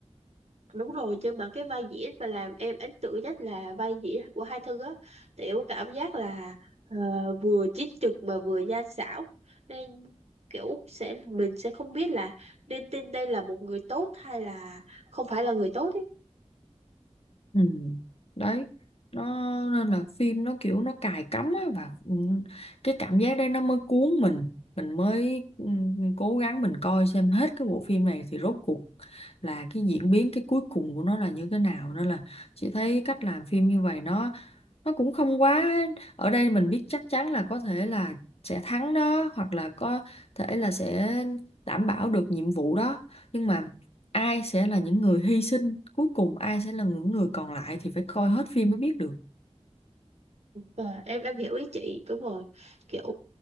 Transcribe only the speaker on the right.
đúng rồi nhưng mà cái vai diễn mà làm em ấn tượng nhất là vai diễn của Hai Thư á thì em có cảm giác là ờ, vừa chính trực mà vừa gian xảo nên kiểu sẽ mình sẽ không biết là nên tin đây là một người tốt hay là không phải là người tốt ý
Và em em hiểu ý chị đúng rồi kiểu